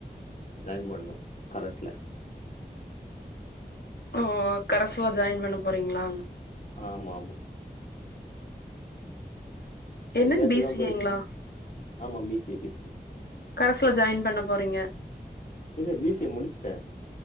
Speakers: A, on the left; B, on the left.
A: ஜாயின் பண்ணு கரஸ்ல
B: ஓ கரஸ்ல ஜாயின் பண்ண போறீங்ளா
A: ஆமாமா
B: என்ன
A: நேத்துதா
B: பி சி
A: போய்ட்டு
B: ஏ ங்களா
A: ஆமா B C A B C A
B: கரஸ்ல ஜாயின் பண்ண போறீங்க
A: இல்ல பி சி ஏ முடிச்சுட்டே